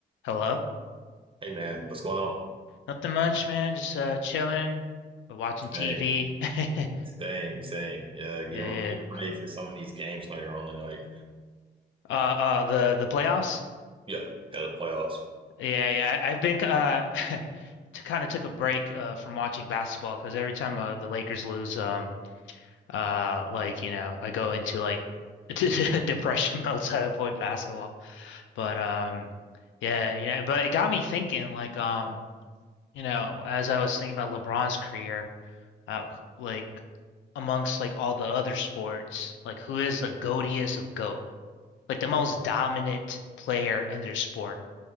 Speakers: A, on the left; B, on the right.
A: Hello?
B: Hey man, what's going on?
A: Nothing much, man. Just uh chilling, watching TV.
B: Same,
A: <laughs>
B: same, same. Yeah, get
A: Yeah,
B: get
A: yeah.
B: ready for some of these games later on tonight.
A: Uh uh the the playoffs?
B: Yeah, yeah, the playoffs.
A: Yeah, yeah. I- I've been uh <laughs> to kind of took a break uh from watching basketball because every time uh, the Lakers lose um uh like, you know, I go into like <laughs> depression mode so I avoid basketball. But um yeah, you know, but it got me thinking like um you know, as I was thinking about LeBron's career uh, like amongst like all the other sports, like who is the goatiest of goat? Like the most dominant player in their sport.